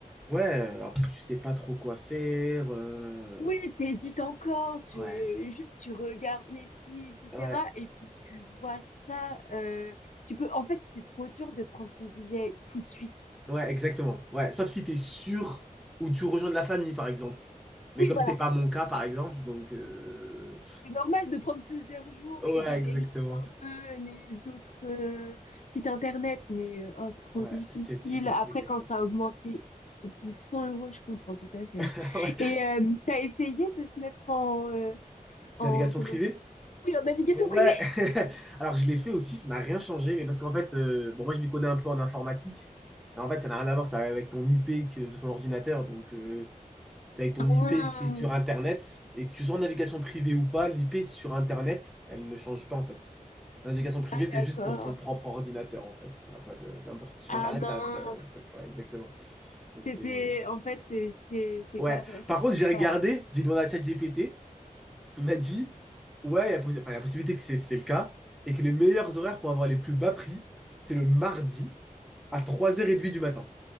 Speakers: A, in the centre; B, on the left (about 60°).
A: Ouais, en plus, tu sais pas trop quoi faire. euh,
B: oui, t'hésites encore, tu,
A: Ouais.
B: juste tu regardes les prix, etc.
A: Ouais.
B: Et puis tu vois ça. euh, tu peux, en fait, c'est trop dur de prendre son billet tout de suite.
A: Ouais, exactement. Ouais, sauf si tu es sûr ou tu rejoins de la famille, par exemple. Mais
B: Oui,
A: comme
B: voilà.
A: c'est pas mon cas, par exemple, donc euh,
B: C'est normal de prendre plusieurs jours
A: ouais,
B: et de vérifier
A: exactement.
B: un peu les autres euh, sites internet, mais euh, oh, trop
A: Ouais,
B: difficile.
A: c'est difficile,
B: Après,
A: exactement.
B: quand ça a augmenté de 100 euros, je comprends tout à fait.
A: <laughs>
B: hein.
A: Ouais.
B: Et euh, t'as essayé de te mettre en, euh, en
A: Navigation
B: comment?
A: privée?
B: Oui, en navigation
A: Ouais.
B: privée.
A: <laughs> Alors je l'ai fait aussi, ça n'a rien changé, mais parce qu'en fait, euh, bon, moi je m'y connais un peu en informatique, mais en fait ça n'a rien à voir, ça va avec ton IP que, de ton ordinateur, donc euh, T'es avec ton
B: Ah,
A: IP qui est sur Internet, et que tu sois en navigation privée ou pas, l'IP sur Internet, elle ne change pas en fait. La navigation privée,
B: ah,
A: c'est
B: d'accord.
A: juste pour ton propre ordinateur en fait. Ça n'a pas de- d'importance. Sur
B: Ah
A: Internet,
B: mince.
A: t'as, t'as un truc, ouais, exactement. Donc
B: C'était,
A: c'est.
B: en fait, c'est c'est c'est
A: Ouais.
B: pas vrai, ça
A: Par contre,
B: marche
A: j'ai regardé,
B: pas. hein.
A: j'ai demandé à ChatGPT, il m'a dit, ouais, il y a, possi- enfin, il y a possibilité que c'est c'est le cas, et que les meilleurs horaires pour avoir les plus bas prix, c'est le mardi à trois heures 30 du matin.